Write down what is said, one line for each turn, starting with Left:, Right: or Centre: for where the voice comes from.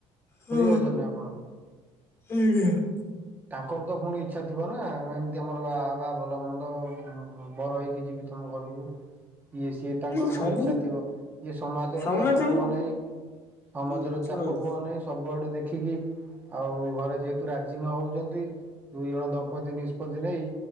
Left: ହଁ
Right: ବୁଝିପାରୁଛ ଆପଣ।
Left: <unintelligible>
Right: ତାଙ୍କର ତ ପୁଣି ଇଚ୍ଛା ଥିବ ନା ଏମିତି ଆମର ବା ବା ଭଲ ମନ୍ଦ ବର ହେଇକି ଯିବି ତମ ଘରକୁ।
Left: <inaudible>
Right: ଇଏ ସିଏ ତାଙ୍କର
Left: ନାଇଁ ସବୁ
Right: ପୁଣି ଇଚ୍ଛା ଥିବ ଇଏ ସମାଜର
Left: ସମସ୍ତେ
Right: ଚାପକୁ
Left: କଣ
Right: ଅନେଇ ସମାଜର
Left: ହୁଁ
Right: ଚାପ
Left: ଶୁଣନ୍ତୁ
Right: କୁହ ନେଇଛି ସବୁଆଡୁ ଦେଖିକି ଆଉ ଘରେ ଯେହେତୁ ରାଜି ନ ହଉଛନ୍ତି ଦୁଇ ଜଣ ଦମ୍ପତି ନିଷ୍ପତ୍ତି ନେଇ